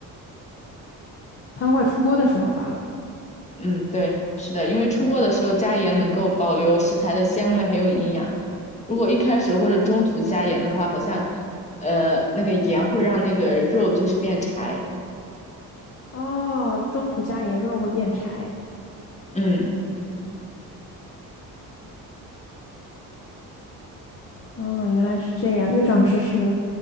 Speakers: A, on the left; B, on the left.
A: 汤快出锅的时候吧。
B: 嗯，对，是的，因为出锅的时候加盐能够保留食材的鲜味还有营养。如果一开始或者中途加盐的话，好像呃那个盐会让那个肉就是变柴。
A: 哦，中途加盐肉会变柴。
B: 嗯
A: 哦，原来是这样，又长知识了。